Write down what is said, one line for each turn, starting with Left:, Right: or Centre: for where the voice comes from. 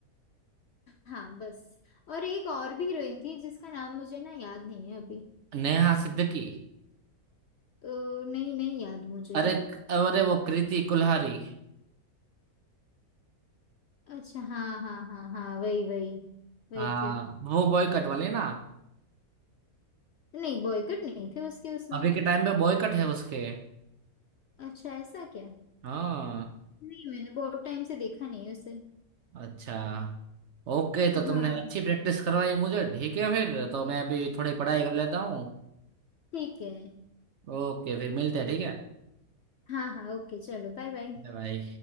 Left: हाँ बस और एक और भी हीरोइन थी जिसका नाम मुझे ना याद नहीं है अभी
Right: नेहा सिद्दीकी
Left: तो नहीं नहीं याद मुझे
Right: अरे अरे वो कृति कुल्हारी
Left: अच्छा हाँ हाँ हाँ हाँ वही वही वही
Right: हाँ
Left: थी
Right: वो बॉय कट वाले ना
Left: नहीं बॉयकट नहीं थे उसके उसमें
Right: अभी के टाइम पे बॉय कट है उसके
Left: अच्छा ऐसा क्या
Right: हाँ
Left: नहीं मैंने बहुत टाइम से देखा नहीं उसे
Right: अच्छा ओके तो
Left: हाँ
Right: तुमने अच्छी प्रैक्टिस करवाई मुझे ठीक है फिर तो मैं अभी थोड़ी पढ़ाई कर लेता हूँ
Left: ठीक है
Right: ओके फिर मिलते हैं ठीक है
Left: हाँ हाँ ओके चलो बाय बाय
Right: बाय